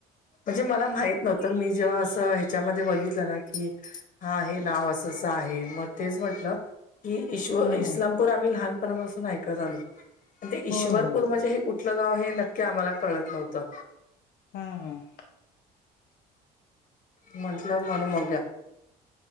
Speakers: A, on the left; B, on the left.
A: म्हणजे मला माहित नव्हतं, मी जेव्हा असं ह्याच्यामध्ये बघितलं ना की हा हे नाव असंं-असं आहे, मग तेच म्हंटलं कि ईश्व
B: हा
A: इस्लामपूर
B: हा
A: आम्ही लहानपणा पासून ऐकत आलो. पण ते ईश्वरपूर
B: होय होय
A: म्हणजे हे कुठलं गाव हे नक्की आम्हाला कळत नव्हतं.
B: हम्म.
A: म्हंटलं मला <unintelligible> द्या.